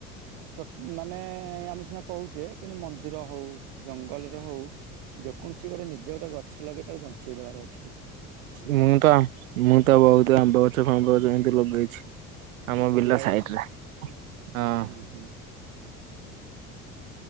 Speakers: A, on the right (about 60°); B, on the right (about 75°).
A: ତ ମାନେ ଆମେ ସିନା କହୁଛେ କିନ୍ତୁ ମନ୍ଦିର ହଉ ଜଙ୍ଗଲରେ ହଉ ଯେକୌଣ ସିଏ ଗୋଟେ ନିଜ ଗୋଟେ ଗଛ ଲଗେଇ ତାକୁ ବଞ୍ଚେଇଦବାର ଅ
B: ମୁଁ ତ ମୁଁ ତ ବହୁତ ଆମ୍ବ ଗଛ ଫାମ୍ବ ଗଛ ଏମିତି ଲଗେଇଛି। ଆମ
A: କୋଉଠି
B: ବିଲ
A: ବାଇରେ
B: ସାଇଡରେ ହଁ
A: ଉହୁଁ।